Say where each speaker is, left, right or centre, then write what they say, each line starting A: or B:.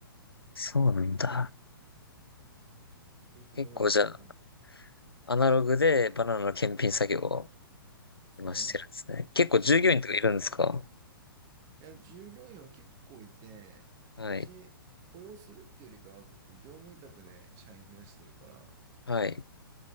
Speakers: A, on the left; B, on the right.
A: そうなんだ。
B: ていうところがあってね。
A: 結構じゃあ、アナログでバナナの検品作業を
B: そうだね。
A: 今してるんですね。結構従業員とかいるんですか
B: うんいや、従業員は結構いて、
A: はい。
B: うち雇用するっていうよりかは結構業務委託で社員増やしてるから、
A: はい。